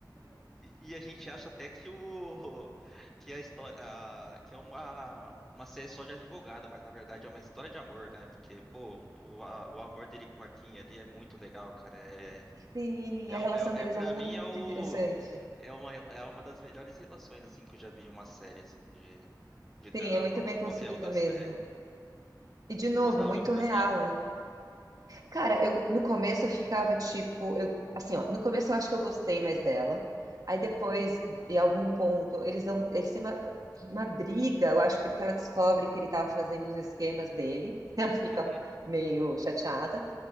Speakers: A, in the centre; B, on the right.
A: e e a gente acha até que o <laughs> que a história, a- que é uma uma série só de advogada, mas na verdade é uma história de amor, né? Porque pô, o, a- o amor dele com a Kim ali é muito legal, cara. É
B: Sim,
A: É,
B: a relação deles
A: é, é para
B: é muito
A: mim é o
B: interessante.
A: é uma re- é uma das melhores relações assim que eu já vi em uma série assim de, de drama
B: Sim, é muito bem
A: ou
B: construída
A: qualquer outra
B: mesmo.
A: série.
B: E, de
A: Você
B: novo,
A: gostava
B: muito
A: muito da
B: real,
A: Kim?
B: né? Cara, eu no começo eu ficava tipo, eu assim, ó, no começo eu acho que eu gostei mais dela. Aí depois, em algum ponto, eles dão, eles têm uma, uma briga, eu acho, porque ela descobre que ele estava fazendo os esquemas dele. <laughs> Ela fica
A: Uhum.
B: meio chateada.